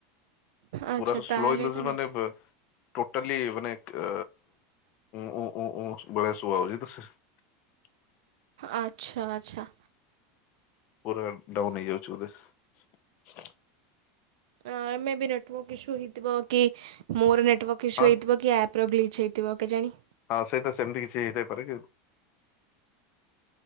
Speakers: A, on the right; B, on the left.
A: ଆଚ୍ଛା
B: ପୁରା ସ୍ଲୋ
A: ତାହେଲେ
B: ହେଇଯାଉଚି
A: ଏଇଟା ନେଟ୍
B: ମାନେ ବେ ଟୋ ଟାଲି ମାନେ କେ ଉଁ ଉଁ ଉଁ ଉଁ ଭଳିଆ ସୁବାଯାଉଚି। <unintelligible>
A: ଆଚ୍ଛା ଆଚ୍ଛା।
B: ପୁରା ଡାଉନ୍ ହେଇଯାଉଚି ବୋଧେ।
A: ଅଁ ମେ ବି ନେଟୱାର୍କ ଇସୁ ହେଇଥିବ କି ମୋର ନେଟୱାର୍କ ଇସୁ
B: ହଁ
A: ହେଇଥିବ କି ଆପ ର ବି ଛି ହେଇଥିବ କେଜାଣି
B: ହଁ ସେଇଟା ସେମିତି କିଛି ହେଇଥାଇପାରେ କି